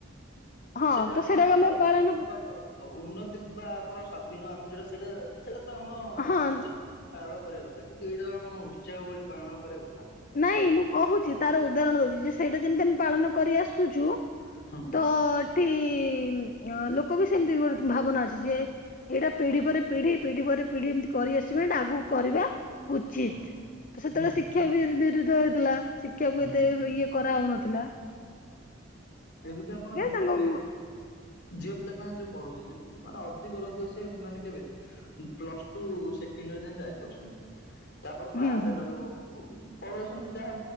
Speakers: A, on the left; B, on the left.
A: ହଁ
B: ସେଟା
A: ତ
B: ଗୋଟେ
A: ସେଇଟାକୁ
B: ଆମର
A: ଆମେ ପାଳନ
B: <inaudible> ଅ ଉନ୍ନତି ବା ଆମର ସ୍ଵାଧୀନ ଆମେ ଯୋଉଟା ସେଇଟା ସେଇଟା ତ ଆମ
A: ହଁ
B: ଉତ୍ସ ପାଳନ କରିବା କଥା କିନ୍ତୁ ଏଇଟା ତ ଆମକୁ ଉତ୍ସାବ ବୋଲି ପାଳନ କରିବା କଥା।
A: ନାଇଁ ମୁଁ କହୁଚି ତାର ଉଦାହରଣ ଦଉଚି ଯେ ସେଇଟା ଯେମିତି ଆମେ ପାଳନ କରି ଆସୁଚୁ
B: ହୁଁ
A: ତ ଏଠି ଅଁ ଲୋକ ବି ସେମିତି ଗୋଟେ ଭାବନା ଅଛି ଯେ ଏଇଟା ପିଢ଼ି ପରେ ପିଢ଼ି ପିଢ଼ି ପରେ ପିଢ଼ି ଏମତି କରି ଆସିବେ‌। ଏଟା ଆଗୁକୁ କରିବା। ଉଚିତ୍
B: ହୁଁ
A: ତ ସେତୋଳେ
B: ହୁଁ
A: ଶିକ୍ଷାକୁ ବି ବିରୁଦ୍ଧ ହୋଇଥିଲା ଶିକ୍ଷାକୁ
B: ହୁଁ
A: ଏତେ ଓ ଇଏ କରାହୋଉନଥିଲା।
B: ଏମିତି ଆପଣ ଦେଖୁଥିବେ
A: ତାଙ୍କ ମ-
B: ଝିଅପିଲାମାନେ ଯୋଉ ପଢୁଚନ୍ତି ମାନେ ଅଧିକରୁ ଅଧିକ ସେ ମାନେ କେବେ ଉଁ ପ୍ଲସ୍ ଟୁ ସେକେଣ୍ଡ୍ ଯାଏଁ ଯାଇପାରୁଚନ୍ତି ତାପରେ ପାସ୍
A: ହୁଁ ହୁଁ
B: ହେଲାଠୁ କୁ ପଢ଼ଉଛନ୍ତି ଯାହା